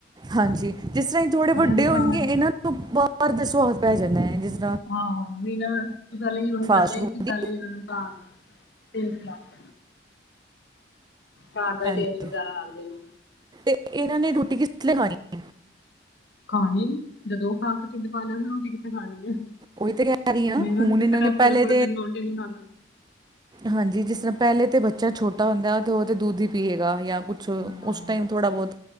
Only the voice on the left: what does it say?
ਮੈਂ ਦੁਕਾਨ
ਹਾਂ ਹਾਂ, ਵੀ ਨਾ ਪਹਿਲਾਂ ਇਹੀ
ਕਰਦੇ
ਨੇ ਕਿ
ਪਹਿਲਾਂ ਇਨ੍ਹਾਂ ਨੂੰ ਘਰ ਦਾ ਹੀ ਖਾਣਾ ਖਵਾਉਂਦੇ ਨੇ। ਘਰ ਦਾ ਹੀ
ਟੇਸਟ ਵਗੈਰਾ ਲਗਦਾ ਹੀ ਨੀ
ਖਾਣੀ ਨੀ, ਜਦੋਂ ਓ ਖਾ ਕੇ ਹੀ ਢਿੱਡ ਭਰ ਲੈਣ, ਰੋਟੀ ਕਿੱਥੇ ਖਾਣੀ ਆ?
ਮੇਰਾ
ਤਾਂ ਕਿਸੇ
ਟੈਮ
ਪੂਰੇ-ਪੂਰੇ
ਦਿਨ ਰੋਟੀ ਨੀ ਖਾਂਦਾ।
ਹਾਂ